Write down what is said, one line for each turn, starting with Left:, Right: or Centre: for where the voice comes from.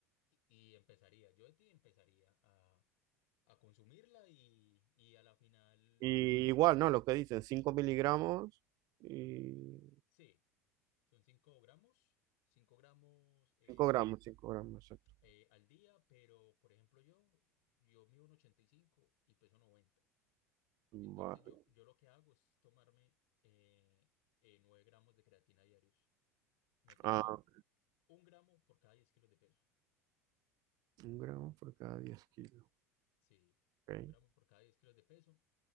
Left: Y, y empezaría, yo de ti empezaría a, a consumirla y, y a la final,
Right: Y igual, ¿no? Lo que dicen, 5 miligramos y
Left: sí, son 5 gramos, cinco gramos eh,
Right: 5 gramos, 5 gramos, exacto.
Left: eh, al día, pero por ejemplo yo, yo mido un ochenta y cinco y peso noventa
Right: Vale.
Left: Entonces yo, yo lo que hago es tomarme eh, 9 gramos de creatina diarios. Me tomo
Right: Ah,
Left: Un gramo por cada 10 kilos de peso.
Right: un gramo por cada 10 kilos.
Left: Sí,
Right: ok.
Left: un gramo por cada 10 kilos de peso.